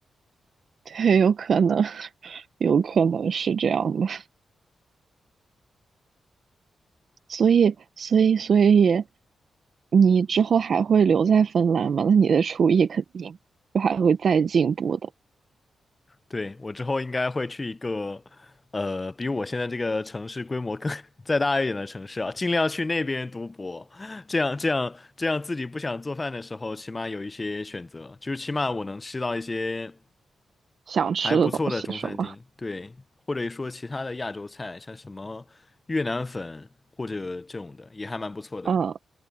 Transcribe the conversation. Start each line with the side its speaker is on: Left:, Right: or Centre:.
Right: <laughs> 对，有可能，<laughs> 有可能是这样的。所以，所以，所以，你之后还会留在芬兰吗？那你的厨艺肯定就还会再进步的。
Left: 对，我之后应该会去一个，呃，比我现在这个城市规模更 <laughs> 再大一点的城市啊，尽量去那边读博，这样这样这样自己不想做饭的时候，起码有一些选择，就是起码我能吃到一些。
Right: 想吃的东西是吗？
Left: 还不错的中餐厅，对，或者说其他的亚洲菜，像什么越南粉或者这种的，也还蛮不错的。
Right: 嗯，